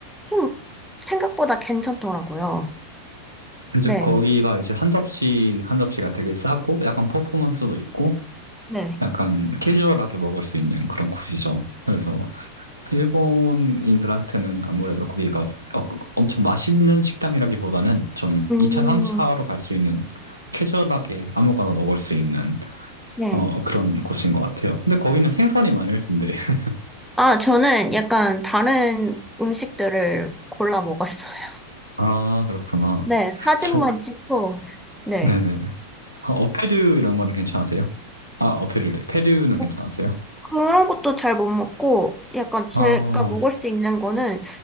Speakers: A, in the centre; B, on the right.
A: 좀 생각보다 괜찮더라고요.
B: 이제
A: 네.
B: 거기가 이제 한 접시, 한 접시가 되게 싸고 약간 퍼포먼스도 있고
A: 네.
B: 약간 캐주얼하게 먹을 수 있는 그런 곳이죠. 그래서 일본인들한테는 아무래도 거기가 어- 엄청 맛있는 식당이라기보다는 좀
A: 음,
B: 2차, 3차로 갈 수 있는 캐주얼하게 아무거나 먹을 수 있는
A: 네.
B: 어, 그런 곳인 것 같아요. 근데 거기는 생선이 많을 텐데. <laughs>
A: 아, 저는 약간 다른 음식들을 골라 먹었어요. <laughs>
B: 아, 그렇구나.
A: 네, 사진만
B: 저,
A: 찍고, 네.
B: 네네. 어, 어패류 이런 거는 괜찮으세요? 아, 어패류래. 패류는
A: 뭐
B: 괜찮으세요?
A: 그런 것도 잘 못 먹고, 약간 제가
B: 아,
A: 먹을 수 있는 거는